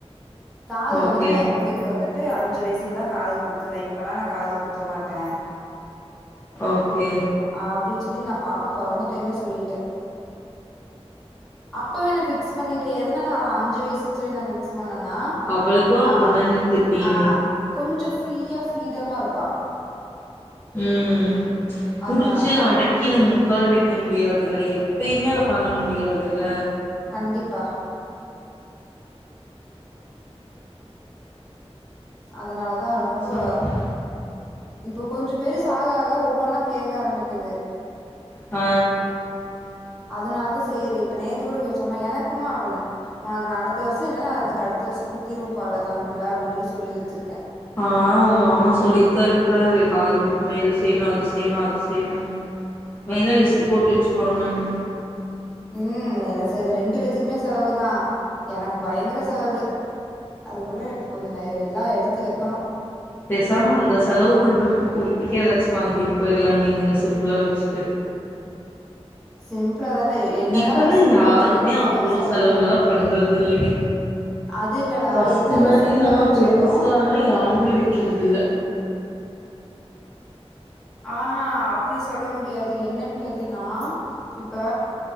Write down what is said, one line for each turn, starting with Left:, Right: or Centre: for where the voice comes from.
Centre: காது
Left: ஓகே,
Centre: வந்துட்டு நா எ புள்ளைக்கு வந்துட் ட்டு அஞ்சு வயசுலதா காது குத்துவே இப்பல்லா நா காது குத்த மாட்டே
Left: ஓகே
Centre: அப்டின்னு சொல்லி நா பாப்பா பொறந்த டைமே சொல்லிட்டே அப்பவே நா ஃபிக்ஸ் பண்ணிட்டு எதனால அவ அஞ்சு வயசுன் சொல்லி நா வச் பண்ணனா
Left: அவளுக்கு அப்பதானே
Centre: ஆ
Left: தெரியு
Centre: ஆ கொஞ்சோ ஃப்ரீயா ஃப்ரீடமா இருப்பா
Left: ம் ம் புடிச்சி
Centre: அதனாலதா
Left: அடக்கி நம்ம உக்கார வைக்க முடியாது இல்ல எப்பயுமே அதைன பண்ண முடியாது இல்ல
Centre: கண்டிப்பா அதனால தா ரொம்போ
Left: சொல்லுங்க
Centre: இப்ப கொஞ்சோ பெருசா ஆக ஆக ஒவ்வொன்னா கேக்க ஆரம்பிக்கிது
Left: ஆ
Centre: அதனால தா சேரி இப்ப நேத்து கூட கேட்டுச்சி அம்மா எனக்குமா அப்டின்னு ஒனக்கு நான் அடுத்த வருஷம் இல்லன்னா அதுக்கு அடுத்த வருஷம் குத்திரு பால தங்கப்புல அப்டின்னு சொல்லி சொல்லி வச்சிருக்கேன்
Left: ஆ உங்க மாமா சொல்லித்தா இருக்கறாரு காது குத் புற இது செய்யணும் அது செய்யணும் அது செய்யணும் மெயினா லிஸ்ட்டு போட்டு வச்சிப்பாங்கன்னு
Centre: உம் என்ன செய்து ரெண்டு பேத்துக்குமே செலவு தான் எனக்கு பயங்கர செலவு அதுக்குள்ள இப்ப கொஞ்ச ந எல்லாம் எடுத்து வக்கணும்
Left: பேசாம அந்த செலவு பண்றது புள்ளைக்கு எதாச்சும் வாங்கிட்டு போயிரலாம் நீங்கங்க சிம்பிளா வச்சிட்டு
Centre: சிம்பிளா தான்டா என்னதா
Left: இப்பல்லாம்
Centre: நம்ம சிம்பிளா
Left: யாருமே
Centre: வச்சாலு எனக்கு
Left: அவ்ளோ
Centre: செலவு செலவு
Left: செலவுலா
Centre: தான்டா
Left: பண்றது இல்ல நீ
Centre: அது இல்லடா
Left: பஸ்ட்டு
Centre: என்னதா
Left: மாரில்லாம்
Centre: சிம்பிளா வச்சாலு
Left: பெருசாலாம் யாருமே வைக்கறது இல்ல
Centre: ஆஹா அப்டி சொல்ல முடியாது என்னன்னு கேட்டீன்னா இப்ப